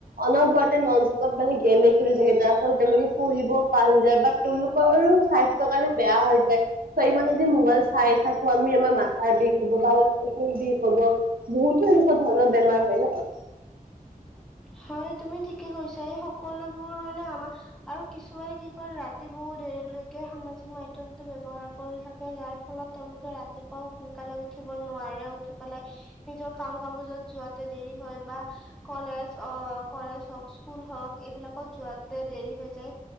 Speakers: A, on the right; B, in the centre.
A: অনবৰতে নষ্টটপ মানে গেমে খেলি থাকে যাৰ ফলত তেওঁলোকে পঢ়িব পাহৰি যায় বা তেওঁলোক কৰোঁ স্বাস্থ্যৰ কাৰণে বেয়া হৈ যায় চা' ইমান যদি মোবাইল চাই থাকোঁ আমি আমাৰ মাথাৰ বিষ হ'ব বা চকু বিষ হ'ব বহুতো এনেকুৱা ধৰণৰ বেমাৰ হয় ন?
B: হয় তুমি ঠিকে কৈছা এই সকলোবোৰ মানে আমাৰ আৰু কিছুমানে কি কৰে ৰাতি বহু দেৰিলৈকে সামাজিক মাধ্যমতটো ব্যৱহাৰ কৰি থাকে যাৰ ফলত তেওঁলোকে ৰাতিপুৱাও সোনকালে উঠিব নোৱাৰে, উঠি পেলাই নিজৰ কাম কাবজত যোৱাতে দেৰি হয় বা কলেজ অ' কলেজ হওক, স্কুল হওক এইবিলাকত যোৱাতে দেৰি হৈ যায়